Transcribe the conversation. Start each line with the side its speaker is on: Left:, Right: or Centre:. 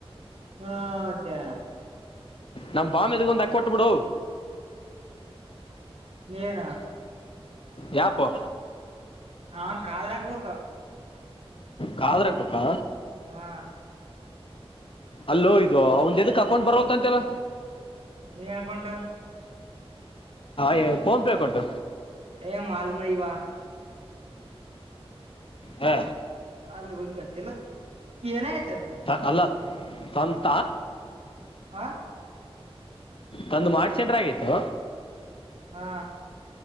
Right: ಹಾ ಮತ್ತೆ
Left: ನಮ ಬಾಮೆದುಗೊಂದ ಕೊಟ್ಬಿಡು
Right: ನಾ
Left: ಯಪ್ಪ
Right: ಹಾ ಕಾದರ್ ಆಗ್ಬೇಕ
Left: ಕಾದ್ರ ಆಗ್ಬೇಕಾ
Right: ಹಾ
Left: ಅಲ್ಲೋಯದು ಅವ್ ಎದಕ್ ಹಾಕೊಂಡ್ ಬರವಲ್ ಅಂತೆಲ್ಲ
Right: ನೀ ಹಕಂಟಾ
Left: ಹೇ ಫೋನ್ ಪೇ ಅಕೌಂಟ್
Right: ಏ ಮಾಲ್ ನ ವ
Left: ಹಾ
Right: ಆದ್ರೆ ಒಗ್ ಗತ್ತಿಲ್ಲ ಏನಾಯತ
Left: ಹ ಅ ತಂತ
Right: ಆ
Left: ತಂದು ಮಾಡಿ ಸೆಂಟ್ರ ಆಗಿತ್ತು
Right: ಹಾ